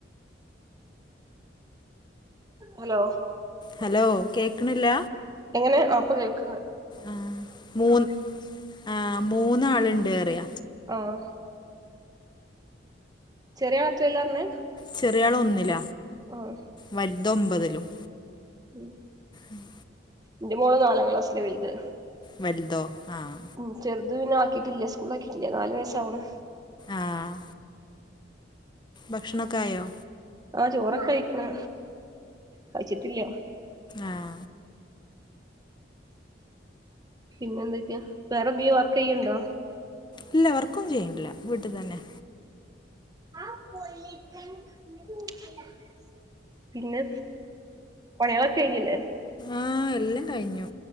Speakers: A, on the right; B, on the left.
A: ഹലോ
B: ഹലോ കേക്ക്ണില്ല
A: എങ്ങനെ ആപ്പ കേൾക്കന്ന്
B: ആ മൂന്ന് ആ മൂന്നാളുണ്ട്റിയ
A: ഓഹ്ഹ ചെറിയ പാത്രല്ലർന്ന്
B: ചെറിയാള് ഒന്നില
A: ആഹ്
B: വൽതൊമ്പതിലും
A: ഉം..
B: ഉം
A: ന്റെ മോള് നാലാം ക്ലാസില വെൽത്
B: വലുതോ ആഹ്
A: ഉം ചെർത് പിന്നെ ആക്കിയിട്ടില്ല. സ്കൂളാക്കിട്ടില്ല. നാല് വയസ്സാവണ്
B: ആഹ് ഭക്ഷണൊക്കായോ?
A: ആഹ് ചോറൊക്കെ അയ്ക്ക്ണ്. കയ്ച്ചിട്ടില്ല
B: ആഹ്
A: പിന്നെ എന്തൊക്കെയാ. വേറെ എന്തങ്ക്യും വർക്ക് ചെയ്യണ്ടോ
B: ഇല്ല വർക്ക് ഒന്നും ചെയ്യ്ണ് ഇല്ല വീട്ട് തെന്നെ
A: <inaudible> പിന്നെ പണികളൊക്കെ കഴിഞ്ഞില്ലേ
B: ആഹ് എല്ലം കയ്ഞ്ഞു